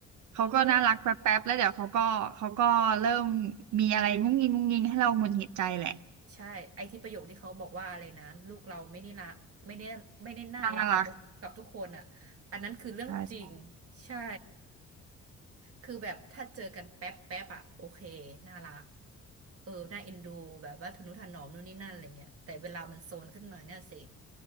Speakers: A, on the right; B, on the right.
A: เขาก็น่ารักแป๊บๆแล้วเดี๋ยวเขาก็เขาก็เริ่ม
B: เออ
A: มีอะไรงุ้งงิงงุ้งงิงให้เราหงุดหงิดใจแหละ
B: ใช่ไอที่ประโยคที่เขาบอกว่าอะไรนะลูกเราไม่ได้นะไม่ได้ไม่ได้น่ารักกับกับทุกคนอ่ะอันนั้นคือเรื่องจริง
A: น่ารักใช่ใช่
B: ใช่ คือแบบถ้าเจอกันแป๊บแป๊บอะโอเคน่ารักเออน่าเอ็นดูแบบว่าทนุถนอมนู่นนี่นั่นอะไรเงี้ยแต่เวลามันโซนขึ้นมาเนี่ยสิ